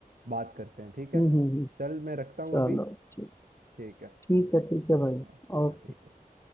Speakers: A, on the right; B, on the left.
A: बात करते हैं ठीक है
B: हम्म हम्म हम्म,
A: चल मैं रखता हूँ
B: चलो
A: अभी
B: ठीक
A: ठीक है
B: ठीक है ठीक है भाई
A: हाँ हाँ
B: ओके
A: ठीक है